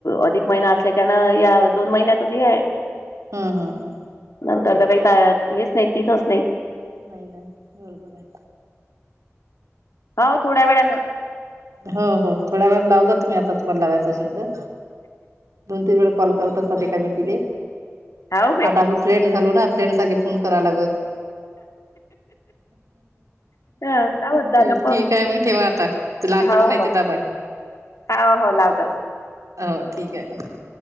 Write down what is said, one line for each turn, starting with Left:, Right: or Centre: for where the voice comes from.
Left: अधिक महिना असल्याच्यान या दोन महिन्यातच हे आहे.
Right: हम्म, हम्म, हम.
Left: नंतर तर त काही ता हेच नाहीत, तिथंच नाहीत.
Right: नाही ना बरोबर आहे.
Left: हाव थोड्या वेळानं.
Right: हो, हो, थोड्या वेळानं लावजा, तुम्ही आता तुम्हाला लावायचं असेन तर. दोन-तीन वेळा कॉल करत असतात एका मेकीले.
Left: हो काय
Right: आता आपुण फ्रेंड झालो ना फ्रेंड सारखे फोन कराव लागत.
Left: ह लावत
Right: ठी
Left: जा ना
Right: ठीक आहे मग ठेवा आता. ते लाल
Left: हो
Right: बटन आहे
Left: हो
Right: ते दाबा,
Left: हो हो लाव जाऊ
Right: हो ठीक आहे.